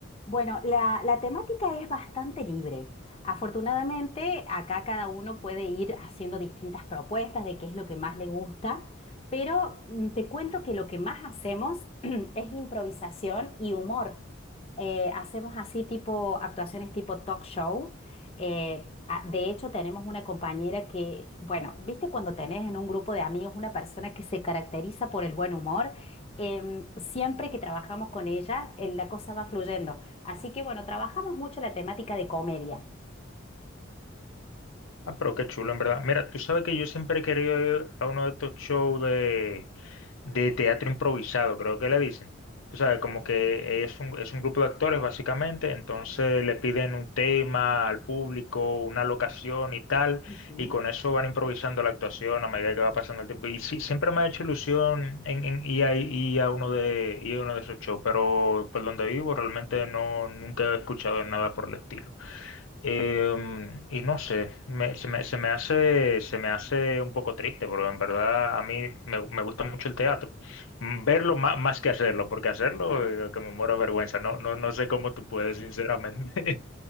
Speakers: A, on the left (about 30°); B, on the left (about 85°).
A: Bueno, la, la temática es bastante libre. Afortunadamente, acá cada uno puede ir haciendo distintas propuestas de qué es lo que más le gusta, pero mm, te cuento que lo que más hacemos <clears throat> es improvisación y humor. Eh, hacemos así tipo actuaciones tipo talk show. Eh, a- de hecho, tenemos una compañera que, bueno, viste cuando tenés en un grupo de amigos una persona que se caracteriza por el buen humor, Em, siempre que trabajamos con ella, eh, la cosa va fluyendo. Así que bueno, trabajamos mucho la temática de comedia.
B: Ah, pero qué chulo, en verdad. Mira, tú sabes que yo siempre he querido ir a uno de estos shows de, de teatro improvisado, creo que le dicen. Tú sabes, como que es un, es un grupo de actores, básicamente, entonces le piden un tema al público, una locación y tal,
A: Ujú,
B: y con eso van improvisando la actuación a medida que va pasando el tiempo. Y sí, siempre me ha hecho ilusión en, en ir, a, ir a uno de, ir a uno de esos shows, pero por donde vivo realmente no, nunca he escuchado nada por el estilo. Em, y no sé, me- se me, se me hace, se me hace un poco triste, porque en verdad a mí me, me gusta mucho el teatro. Mm, Verlo más, más que hacerlo, porque hacerlo
A: ajá.
B: eh, lo que me muero de vergüenza. No, no, no sé cómo tú puedes, sinceramente.